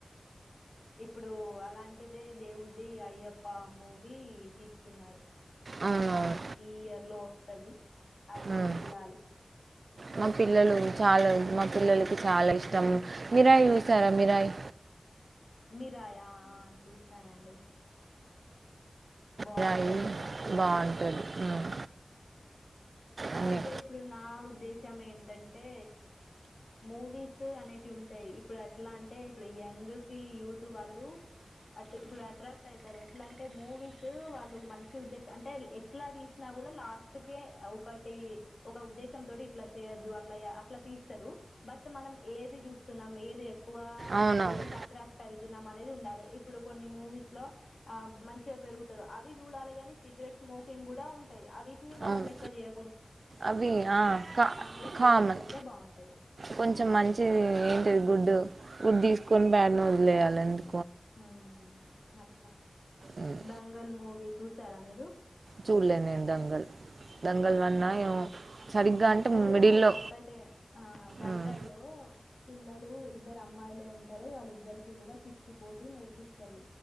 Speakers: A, on the left; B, on the right.
A: ఇప్పుడు అలాంటిదే దేవుడిది అయ్యప్ప మూవీ తీస్తున్నారు
B: అవునవును
A: అది ఈ ఇయర్ లోపాల టది అది
B: ఉమ్.
A: చూడాలి
B: మా పిల్లలు చాలా మా పిల్లలకి చాలా ఇష్టం మిరాయి చూసారా మిరాయి
A: మీరాయా ఆ చూస్తానండి బాగుంటది
B: మిరాయి
A: మిరియా
B: బాగుంటుంది ఉమ్. అన్నీ
A: అయితే ఇప్పుడు నా ఉద్దేశం ఏంటంటే మూవీస్ అనేటి ఉంటాయి ఇప్పుడు ఎట్లా అంటే ఇప్పుడు యంగ్ కి యూత్ వాళ్ళు అ ఇప్పుడు అట్రాక్ట్ అవుతారు ఎట్లా అంటే మూవీస్ వాళ్ళు మంచి ఉద్దేశం అంటే ఎట్లా తీసినా కూడా లాస్ట్క ఒక టి ఒక ఉద్దేశం తోటి ఇట్లా చేయొద్దు అట్లా అట్లా తీస్తారు బట్ మనం ఏది చూస్తున్నాం ఏ క్కువ
B: అవునవును
A: దేనికి అట్రాక్ట్ ఐ తున్నామానేది ఉండాలి ఇప్పుడు కొన్ని మూవీస్ లో ఆ మంచిగా పెరుగుతారు అవి చూడాలి కాని సిగరెట్ స్మోకింగ్ కూడా ఉంటాయి అవి నీ మనంలక్క
B: అవును
A: జయ
B: అవి ఆ కా
A: మీద ఫోకస్
B: కామన్
A: పెడితే బాగుంటది
B: కొంచెం మంచిది ఏంటిది గుడ్డు ఇప్పుడు తీసుకొని బ్యాడ్ నోలు వయాలండి
A: ఆ అట్లా
B: ఉమ్,
A: దంగల్ మూవీ చూసారా మీరు
B: చూడలే నేను దంగల్ దంగల్ వన్ ఆ ఏమో సరిగ్గా
A: దంగలు
B: అంటే మిడిల్లో
A: ఒక్కటే ఆ దంగల్లో
B: ఉమ్,
A: పిల్లలు ఇద్దరు అమ్మాయిలే ఉంటారు వాళ్ళి ఇద్దరికి కూడా కుస్తి పోటీ నేర్పిస్తారు